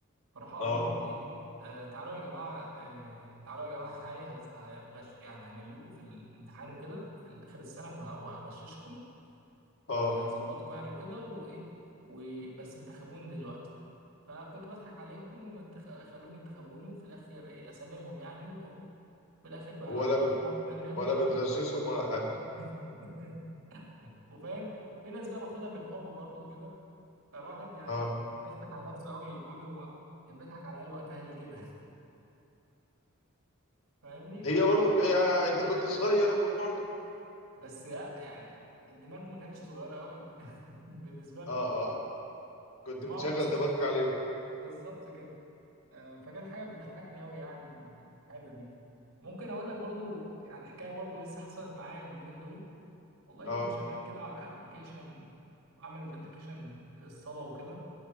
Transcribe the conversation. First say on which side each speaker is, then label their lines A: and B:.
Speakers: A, on the right; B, on the left.
A: فراح اقول
B: اه
A: لهم ايه آه تعالوا يا جماعه آه تعالوا يا جماعه <laughs> ايه هز- هغش يعني همليكوا في الامتحان وكده في اخر السنه وه- وهغششكم وهظبطكم
B: اه
A: يعني وكده وايه وبس انتخبوني دلوقتي فكنت بضحك عليهم وما انتخ... خلوهم ينتخبوني وفي الاخر ايه اسنجهم يعني واقوم في الاخر ب...
B: ولا بت
A: ولا بعمل بان ليهم
B: ولا
A: ولا بعمل
B: بتغششهم
A: حاجه
B: ولا حاجه
A: <laughs> وفاهم في ناس بقى باخدها بالحب برضو كده فالواحد يعني
B: اه
A: كان بيضحك على نفسه قوي بيقول هو كان بيضحك على العيال وقتها ليه كده فاهمني ف
B: هي برضو ك- يعني
A: زحمة أوي
B: انت كنت صغير برضو
A: بس لا يعني الدماغ ما كانتش صغيرة أوي <laughs> بالنسبة له
B: اه اه آه. كنت
A: كنت
B: بتشغل
A: بعمل مصلحة
B: دماغك عليهم
A: بالظبط كده آه، فكانت حاجة بتضحكني أوي يعني الحاجة دي ممكن أقول لك برضو يعني حكاية برضو لسه حصلت معايا اليومين دول والله
B: اه
A: كنت شغال كده على أبلكيشن بعمل أبلكيشن للصلاة وكده